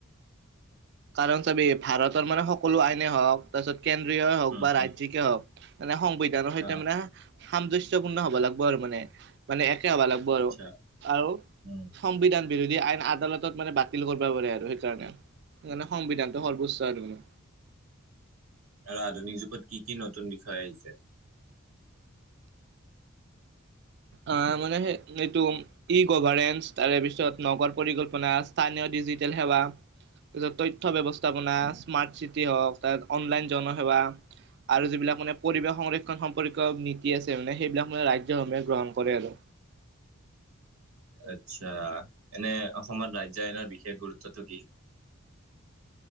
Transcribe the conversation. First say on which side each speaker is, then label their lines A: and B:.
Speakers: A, on the right (about 50°); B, on the right (about 85°).
A: কাৰণ চাবি ভাৰতৰ মানে সকলো আইনে হওক তাৰপিছত কেন্দ্ৰীয় হওক
B: উম,
A: বা ৰাজিক
B: উম,
A: হওক মানে সংবিধানৰ সৈতে
B: অ'
A: মানে সাম্সয়পূৰ্ণ হব লাগিব আৰু মানে মানে <unintelligible>
B: আচ্ছা উম,
A: বিৰোধী আইন আদালতত মানে বাতিল কৰিব পাৰে আৰু সেইকাৰণে। সেইকাৰণে সংবিধানটো সৰ্বোচ্ত আৰু ত মানে
B: আৰু আধুনিক যুগত কি কি নতুন বিষয় আহিছে।
A: অ', মানে স এইটো ই গভাৰনেন্ঞ্চ তাৰে পিছত নগৰ পৰিকল্পনা, স্থানীয় ডিজিটেল সেৱা, তাৰপিছত তথ্য ৱৱস্থাপনা স্মাৰ্ট চিটি হওক তাৰ অনলাইন জনসেৱা আৰু যিবিলাক মানে পৰিৱেশ সংৰক্ষণ সম্পৰ্কীয় নীতি আছে মানে সেইবিলাক মানে ৰাজ্যসমূহে গ্ৰহণ কৰে। কৰে আৰু।
B: আচ্ছা এনে অসমত ৰাজ্য আইনৰ বিশেষ গুৰুত্বটো কি?